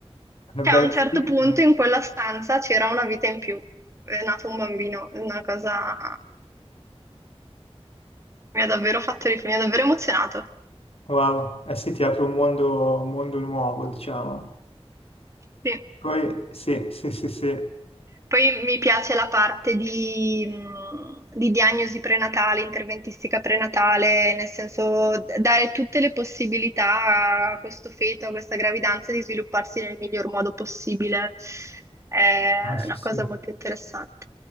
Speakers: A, on the left; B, on the right.
A: una bella
B: a un certo
A: sfida.
B: punto in quella stanza c'era una vita in più. È nato un bambino, è una cosa mi ha davvero fatto riflettere, mi ha davvero emozionato.
A: Wow, eh sì, ti apre un mondo, un mondo nuovo, diciamo.
B: Sì.
A: Poi, sì, sì, sì, sì,
B: Poi mi piace la parte di, mh, di diagnosi prenatale, interventistica prenatale, nel senso d- dare tutte le possibilità a questo feto, a questa gravidanza di svilupparsi nel miglior modo possibile. È
A: Ah, sì,
B: una
A: sì,
B: cosa molto interessante.